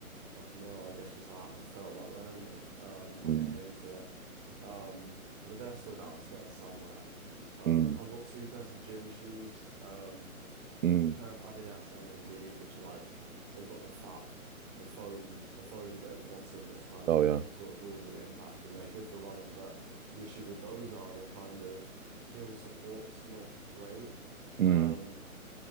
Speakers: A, on the right (about 20°); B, on the right (about 65°).
A: I don't know, I guess just I haven't felt like wearing them um when
B: mm,
A: it came to it. Um but they're still downstairs somewhere. Um
B: mm,
A: I've got two pairs of gym shoes, um
B: mm.
A: a pair of Adidas NMDs which are like they've got the fat the foam the foam bit at the bottom that's kind
B: Oh
A: of that
B: yeah.
A: absor- absorbs all the impact and they're good for running but the issue with those are the kind of heel support's not great.
B: Mm,
A: Um